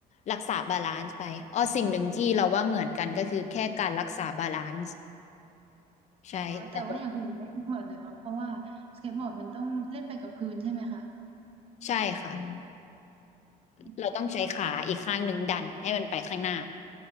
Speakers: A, on the left (about 45°); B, on the right (about 35°).
A: รักษาบาลานซ์ไปอ๋อสิ่งหนึ่งที่เราว่าเหมือนกันก็คือแค่การรักษาบาลานซ์ใช่แต่
B: อ๋อแต่ว่าอย่างอื่นไม่เหมือนเลยเนาะเพราะว่าสเก็ตบอร์ดมันต้องเล่นไปกับพื้นใช่ไหมคะ
A: ใช่ค่ะ
B: อืม
A: เราต้องใช้ขาอีกข้างหนึ่งดันให้มันไปข้างหน้า